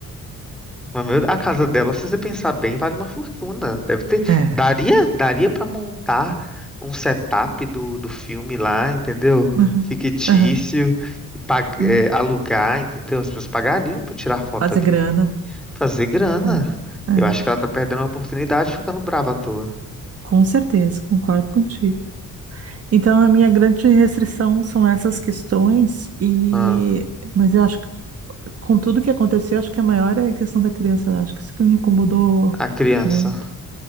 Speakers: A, in the centre; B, on the right.
A: Mas, meu, A casa dela, se você pensar bem, vale uma fortuna. Deve ter.
B: é.
A: Daria, daria para montar um setup do, do filme lá, entendeu?
B: Uhum,
A: Fictício,
B: aham.
A: e pag-
B: Uhum.
A: é, alugar, entendeu? As pessoas pagariam para tirar foto
B: Fazer
A: ali.
B: grana.
A: Fazer grana.
B: É, é.
A: Eu acho que ela tá perdendo uma oportunidade ficando brava à toa.
B: Com certeza, concordo contigo. Então, a minha grande restrição são essas questões, e
A: Ah,
B: mas eu acho que com tudo que aconteceu, acho que a maior é a questão da criança, né? Acho que isso que me incomodou
A: a criança.
B: muito.